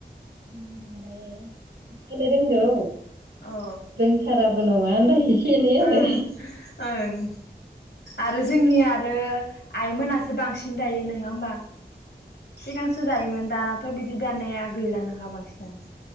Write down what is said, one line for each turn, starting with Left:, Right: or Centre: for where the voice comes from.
Right: <inaudible> रोंगौ
Left: अ
Right: रोंथाराबो नङा नाथाय एसे एनै आरो
Left: उम ओं आरो जोंनि आरो आइमोनासो बांसिन दायो नोङा होमबा सिगांसो दायोमोन दानाथ' बिदि दानाया गैलानोखा बांसिनानो।